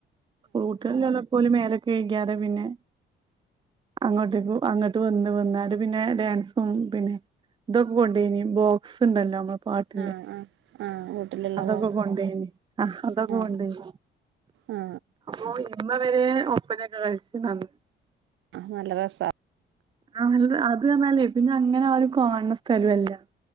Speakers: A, on the right (about 25°); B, on the right (about 75°).
A: സ്കൂൾ കുട്ടികൾ ഇള്ളോലൊപ്പം ഓല് മേലൊക്കെ കഴികിയാരെ പിന്നെ അങ്ങോട്ടേക്ക് അങ്ങട്ട് വന്ന് വന്നാണ്ട് പിന്നെ ഡാൻസും പിന്നെ ഇതൊക്കെ കൊണ്ടയിനി ബോക്സ് ഉണ്ടല്ലോ നമ്മളെ പാട്ടിന്റെ
B: ആ ആ ആ വീട്ടിലുള്ള
A: അതൊക്കെ
B: ബോക്സ്
A: കൊണ്ടയിനിം ആഹ് അതൊക്കെ
B: ആ
A: കൊണ്ടയ്നോ
B: ആ
A: ഓഹ് ഇമ്മ വരെ ഒപ്പനൊക്കെ കളിച്ച്ണ് അന്ന്
B: ആഹ് നല്ല രസാ
A: ആഹ് നല്ലത് അത് പറഞ്ഞാലേ പിന്നെ അങ്ങനെ ആരും കാണണ സ്ഥലോല്ല